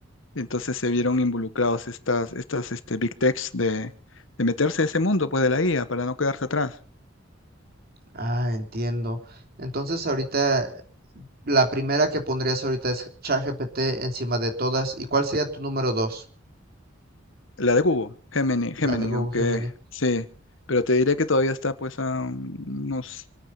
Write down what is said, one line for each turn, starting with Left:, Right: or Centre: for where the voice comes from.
Left: entonces se vieron involucrados estas, estas este, big techs de, de meterse a ese mundo, pues, de la IA para no quedarse atrás.
Right: Ah, entiendo. Entonces ahorita la primera que pondrías ahorita es ChatGPT encima de todas. ¿Y cuál sería tu número dos?
Left: La de Google, Gemini, Gemini,
Right: La de Google
Left: aunque
Right: Gemini.
Left: sí, pero te diré que todavía está pues a unos,